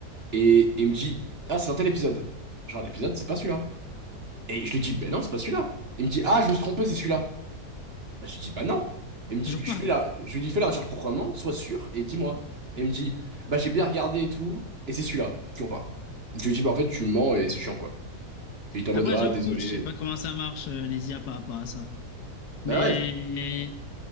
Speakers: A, on the right (about 40°); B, on the left (about 75°).
A: Et il me dit, ah, c'est dans tel épisode. Je regarde l'épisode, c'est pas celui-là. Et je lui dis, ben non, c'est pas celui-là. Il me dit, ah, je me suis trompé, c'est celui-là. Bah, je lui dis, bah non. Elle me
B: toujours
A: dit, je
B: pas.
A: fais la... je lui dis, fais la recherche proprement, sois sûr et dis-moi. Elle me dit, bah j'ai bien regardé et tout, et c'est celui-là, toujours pas. Je lui dis, bah en fait, tu mens et c'est chiant, quoi. Et il était en
B: Après,
A: mode, ah,
B: j'avoue,
A: désolé.
B: je sais pas comment ça marche, euh, les IA par rapport à ça. Mais
A: Bah ouais.